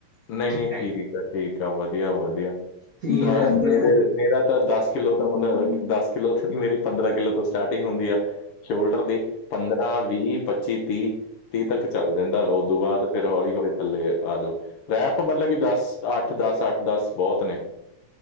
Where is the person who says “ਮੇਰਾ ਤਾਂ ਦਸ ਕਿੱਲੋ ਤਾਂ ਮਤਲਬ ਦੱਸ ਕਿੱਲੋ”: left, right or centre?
Left